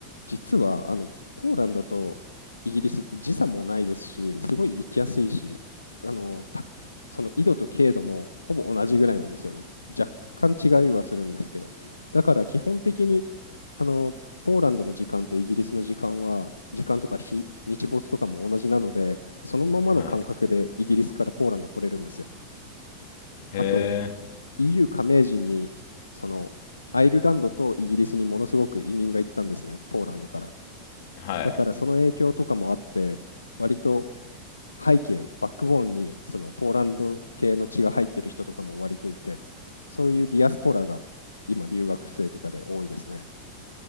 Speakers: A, on the left; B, on the left.
A: 実は、あの、ポーランドとイギリスって時差もないですし、すごい行きやすいし、あの、たその緯度と経度もほぼ同じぐらいなんですよね。若干違いはするんですけど。だから基本的に、あの、ポーランドの時間とイギリスの時間は、時間とか日、日没とかも同じなので、そのままの感覚でイギリスからポーランド来れるんですよ。
B: はい。へ
A: あと、
B: え、
A: EU 加盟時に、その、アイルランドとイギリスにものすごく移民が行ったんですね、ポーランドから。
B: はい。
A: だからその影響とかもあって、割と背景、バックボーンにそのポーランド系の血が入ってる人とかも割といて、そういうディアスポラが今留学生とかで多いですね。